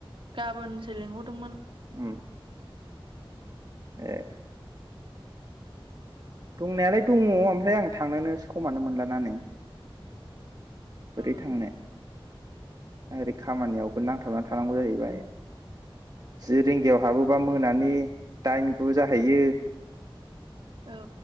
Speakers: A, on the right; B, on the right.
A: गाबोनसो लिंहरदोंमोन।
B: उम <inaudible> दंनायालाय दङ ओमफ्राय आं थांनोनोसो समानो मोनलाना नै। बोरै
A: उम
B: थांनो ओरै खामानियावबो नांथाबनानै थानांगौ जाहैबाय। जि रिंगायाव हाबोबा मोनानि दाइन गु जाहैयो।
A: औ।